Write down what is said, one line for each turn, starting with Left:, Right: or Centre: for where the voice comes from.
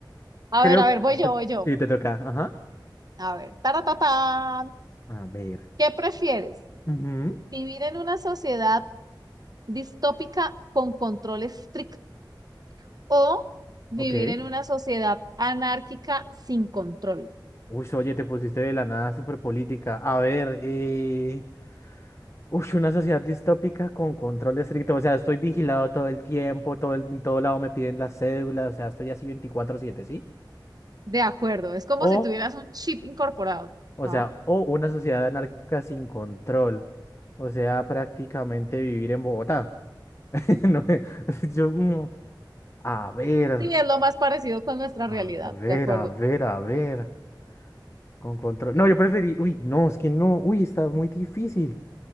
Right: A
Left: Creo
Right: ver, a ver,
Left: que
Right: voy
Left: te,
Right: yo, voy yo.
Left: sí, te toca. Ajá.
Right: A ver, taratatán.
Left: A ver.
Right: ¿Qué prefieres?
Left: Ujú,
Right: ¿Vivir en una sociedad distópica con control estricto o vivir
Left: Ok.
Right: en una sociedad anárquica sin control?
Left: Uy, oye, te pusiste de la nada súper política. A ver, eh... Uy, una sociedad distópica con control estricto. O sea, estoy vigilado todo el tiempo, todo el- en todo lado me piden las cédulas, o sea, estoy así 24/7, ¿sí?
Right: De acuerdo, es como
Left: O,
Right: si tuvieras un chip incorporado.
Left: o
Right: Ajá.
Left: sea, o una sociedad anárquica sin control. O sea, prácticamente vivir en Bogotá. <laughs> No, <laughs> yo, mm, a ver,
Right: Sí, es lo más parecido con nuestra
Left: a
Right: realidad,
Left: ver,
Right: de acuerdo.
Left: a ver, a ver. Con control. No, yo preferí. Uy, no, es que no. Uy, está muy difícil.